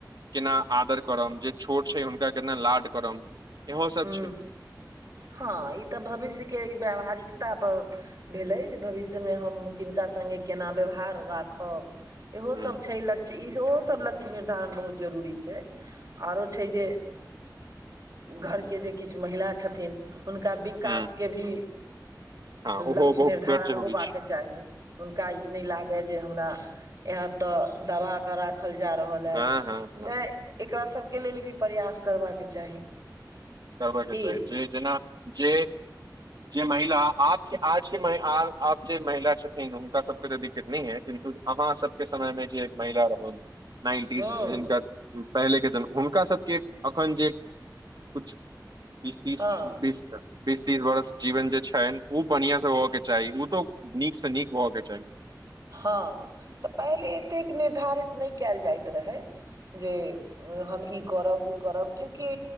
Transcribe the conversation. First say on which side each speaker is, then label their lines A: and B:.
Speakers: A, on the right (about 70°); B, on the right (about 45°).
A: केना आदर करब जे छोट छै हुनका केना लाड करब इहो सब
B: हू
A: छै
B: हँ ई तऽ भविष्यके व्यावहारिकता पर भेलै जे भविष्यमे हम किनका संगे केना व्यवहार राखब इहो
A: ह
B: सब छै लक्ष्य ई ओहो सब लक्ष्य निर्धारण बहुत जरूरी छै आओरो छै जे घरके जे किछु महिला छथिन हुनका भी विकास
A: ह
B: के भी
A: हँ ओहो
B: लक्ष्य
A: बहुत
B: निर्धारण
A: बड़ जरूरी
B: होबाक
A: छै
B: कऽ चाही हुनका ई नहि लागे जे हमरा यहा तऽ दवा केऽ राखल जा रहल हइ
A: हँ हँ हँ
B: तैँ एकरा सबके लेल भी प्रयास करबाक चाही
A: करबयके
B: की
A: चाही जे जेना जे जे महिला आके आजके आब जे महिला छथिन हुनका सबके तऽ दिक्कत नेइ है किन्तु अहाँ सबके समय मऽ जे महिला रहन नाइन्टीज
B: हँ
A: हिनकर पहिलेके जन्म हुनकासभके एखन जे कुछ बीस तीस
B: हँ
A: बीस बीस तीस बरस जीवन जे छनि उ बढ़िया से होय के चाही ओ तो नीक सऽ नीक होय कऽ चाही
B: हँ तऽ पहिले एतेक निर्धारित नहि कयल जाइत रहै जे हम ई करब ओ करब कआएकि